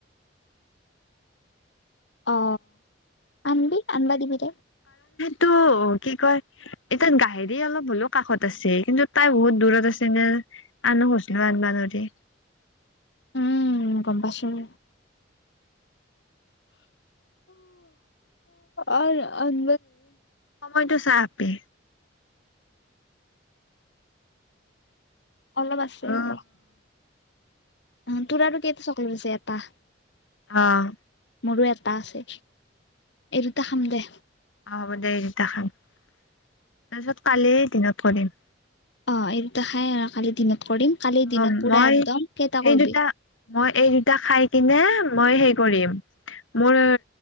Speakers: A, on the left (about 65°); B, on the left (about 85°).
A: অ আনিবি আনিবা দিব তাই
B: টো কি কয় এতিয়া গাহেৰি অলপ হ'লেও কাষত আছে কিন্তু তাই বহুত দূৰত আছে নে আন হচ নো আনিব নিদে
A: উম গম পাইছো ৰ আন
B: সময়টো চা আপে
A: অলপ আছে
B: অ',
A: অলপ অ তোৰা আৰু কেইটা চকলেট আছে এটা
B: অহ
A: মোৰো এটা আছে এই দুটা খাম দে।
B: অ হ'ব দেই তেতা খাম তাৰপিছত কালি দিনত‌ থৈ‌ দিম।
A: অ এই দুটা খাই আৰু কালি দিনত কৰিম কালি দিনত
B: অ
A: পুৰা
B: মই
A: একদম কেইটা কৰবি
B: এই দুটা মই এই দুটা খাই কিনে মই সেই কৰিম মোৰ